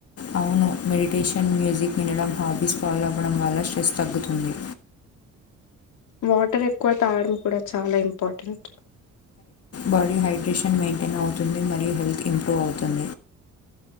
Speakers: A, on the left; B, on the left.
A: అవును మెడిటేషన్ మ్యూజిక్ వినడం హబీస్ ఫాలో అవ్వడం వల్ల స్ట్రెస్ తగ్గుతుంది
B: వాటర్ ఎక్కువ తాగడం కూడా చాలా ఇంపోర్టెంట్
A: బాడీ హైడ్రేషన్ మెయింటైన్ అవుతుంది మరియు హెల్త్ ఇంప్రూవ్ అవుతుంది